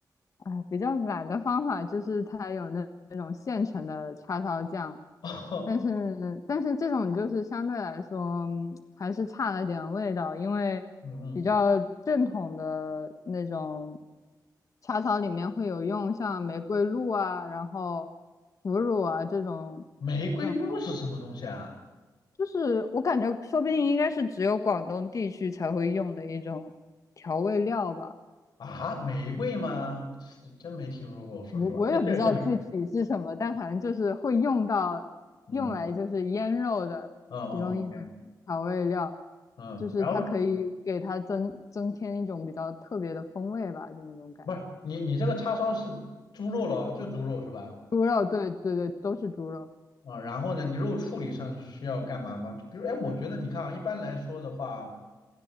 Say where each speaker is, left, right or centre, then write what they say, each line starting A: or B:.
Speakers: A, on the left; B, on the left.
A: 哎，比较懒的方法就是它有那那种现成的叉烧酱，
B: <laughs> 哦，
A: 但是但是这种就是相对来说嗯还是差了点味道，因为比较正统的那种
B: 嗯嗯，
A: 叉烧里面会有用像玫瑰露啊，然后腐乳啊这种
B: 玫瑰露是什么东西啊？
A: 这种，就是我感觉说不定应该是只有广东地区才会用的一种调味料吧。
B: 啊，玫瑰吗？我这真没听说过，说实话，
A: 我我也不知道具体是什么，
B: 这这真没，
A: 但反正就是会用到，
B: 嗯
A: 用来就是腌肉的其中一种调味料，
B: 嗯嗯，OK，嗯，
A: 就是它可以给它增增添一种比较特别的风味吧，
B: 然后
A: 就那种感觉。
B: 不是你你这个叉烧是猪肉咯，就猪肉是吧？
A: 猪肉，对对对，都是猪肉。
B: 啊、呃然后呢，你肉处理上需要干嘛吗？比如，哎，我觉得你看啊，一般来说的话，